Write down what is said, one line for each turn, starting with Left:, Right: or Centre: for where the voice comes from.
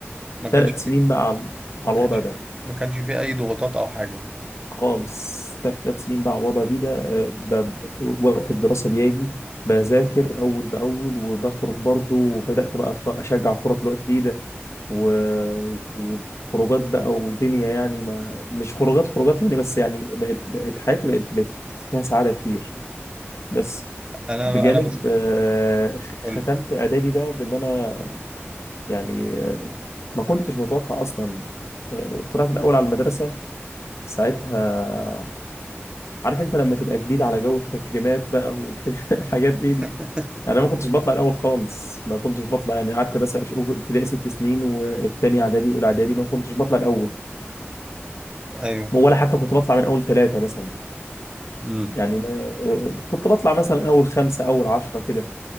Right: ما كانش
Left: ثلاث سنين بقى على على
Right: ما كانش
Left: الوضع ده
Right: فيه ما كانش فيه اي ضغوطات او حاجه
Left: خالص ثلاث سنين بقى على الوضع دي ده آه، ب- وقت الدراسة بيجي بذاكر أول بأول وبخرج برضه وبدأت بقى أتف- أشجع كورة في الوقت دي ده و- وخروجات بقى ودنيا يعني ما مش خروجات خروجات يعني بس يعني بقت بقت حياتي بقت بقت فيها سعادة كتير بس
Right: انا
Left: بجانب
Right: انا بشوف
Left: آه، خ-
Right: قول
Left: ختمت
Right: لي
Left: إعدادي بقى بإن أنا يعني آه، ما كنتش متوقع أصلا آه، طلعت الأول على المدرسة ساعتها عارف انت لما تبقى جديد على جو التكريمات بقى والح- <laughs> والحاجات دي
Right: <laughs>
Left: دي يعني انا ما كنتش بطلع الاول خالص ما كنتش بطلع يعني قعدت بس اشوف ابتدائي ست سنين والتاني اعدادي واولى اعدادي ما كنتش بطلع الاول
Right: ايوه
Left: ولا حتى كنت بطلع من اول ثلاثه مثلا
Right: امم
Left: يعني ما- آه، كنت بطلع مثلا اول خمسه اول عشره كده